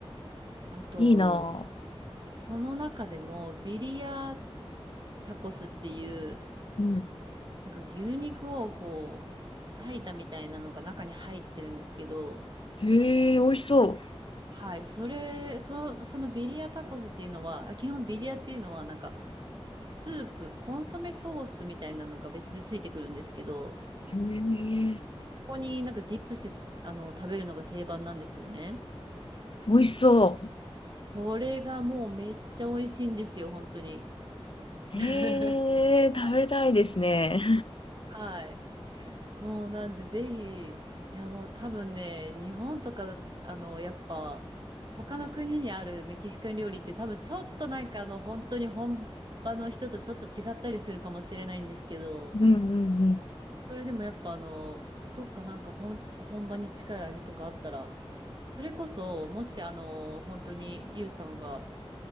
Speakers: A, on the right; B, on the left.
A: あと、
B: いいな
A: その中でもビリヤタコスっていう、
B: ぁ。うん。
A: なんか牛肉をこう、裂いたみたいなのが中に入ってるんですけど、
B: へえ、美味しそ
A: はい、それ、そ、そのビリヤタコスっていうのは、あ基本ビリヤっていうのは、なんか、スープ、コンソメソースみたいなのが別でついてくるんですけど、
B: う。へえ。
A: ここになんかディップしてつ、あの、食べるのが定番なんですよね。
B: 美味しそ
A: それがもうめっちゃ美味しいんですよ、本当に。
B: う。
A: <laughs>
B: へえ、食べたいですね。
A: はい。はい。もうなんでぜひ、いやもう多分ね、日本とか、あの、やっぱ、他の国にあるメキシカン料理って多分ちょっとなんかあの、本当に本場の人とちょっと違ったりするかもしれないんですけど、
B: うんうんうん。
A: それでもやっぱあの、どっかなんか本、本場に近い味とかあったら、それこそ、もしあの、本当にユウさんが